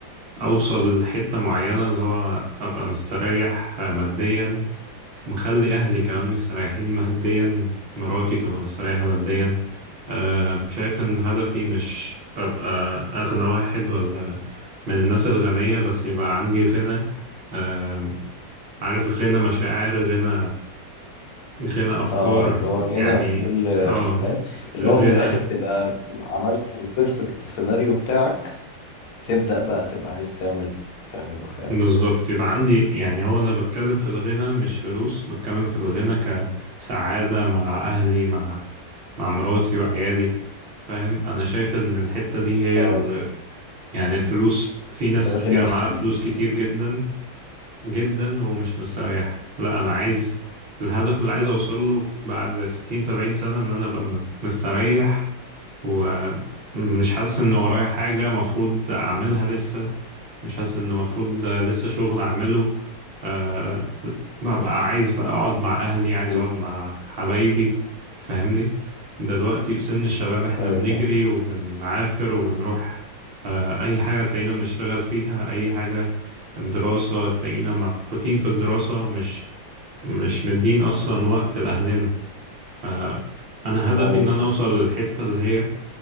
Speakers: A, on the right; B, on the left.
A: أوصل لحتة معينة اللي هو أبقى مستريح آه، ماديا مخلي أهلي كمان مستريحين ماديا مراتي تبقى مستريحة ماديا آه، شايف إن هدفي مش أبقى أغنى واحد ولا من الناس الغنية بس يبقى عندي غنى آه، عارف غنى مشاعر غنى غنى أفكار
B: اه اللي هو
A: يعني
B: هنا في كل
A: اه
B: حلال اللي
A: غنى
B: هو من الاخر تبقى عملت البيرفكت سيناريو بتاعك تبدا بقى تبقى عايز تعمل تعمله فاهم
A: بالظبط يبقى عندي يعني هو انا بتكلم في الغنى مش فلوس بتكلم في الغنى كسعادة مع اهلي مع مع مراتي وعيالي فاهم انا شايف ان الحتة دي هي
B: اه
A: ال... يعني الفلوس في ناس
B: ده الغنى
A: كتيرة
B: الحقيقي
A: معاها فلوس كتير جدا جدا ومش مستريحة لا انا عايز الهدف اللي عايز اوصل له بعد 60 70 سنة ان انا ابقى م- مستريح ومش حاسس ان ورايا حاجة مفروض اعملها لسه مش حاسس ان المفروض لسه شغل اعمله أه ببقى عايز بقى اقعد مع اهلي عايز
B: مم.
A: اقعد مع حبايبي فاهمني دلوقتي في سن الشباب احنا
B: ايوه
A: بنجري
B: فاهم
A: وبنعافر وبنروح أه اي حاجة تلاقينا بنشتغل فيها اي حاجة الدراسة تلاقينا مفحوطين في الدراسة مش مش مدين اصلا وقت لاهلنا فانا هدفي
B: ايوه
A: ان انا اوصل للحتة اللي هي